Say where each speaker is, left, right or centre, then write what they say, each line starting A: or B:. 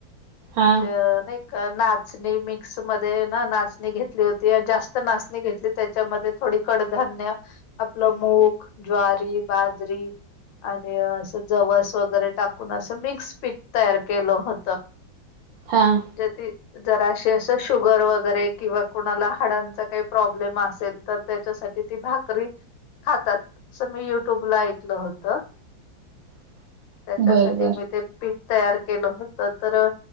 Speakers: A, on the right (about 75°); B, on the left (about 75°).
A: हा
B: म्हणजे नाही का नाच चणी मिक्स मध्ये ना नाचणी घेतली होती, जास्त नाचणी घेतली त्याच्यामध्ये थोडी कडधान्य आपलं मूग ज्वारी बाजरी आणि असं जवस वगैरे टाकून असं मिक्स पीठ तयार केलं होतं.
A: हां.
B: <unintelligible> जरास असं शुगर वगैरे किंवा कुणाला हाडांचा काही प्रॉब्लेम असेल तर त्याच्यासाठी ति भाकरी खातात असं मी युट्यूबला ऐकलं होत.
A: <unintelligible>
B: त्याच्यासाठी
A: बर
B: मी ते पीठ तयार केलं होतं तर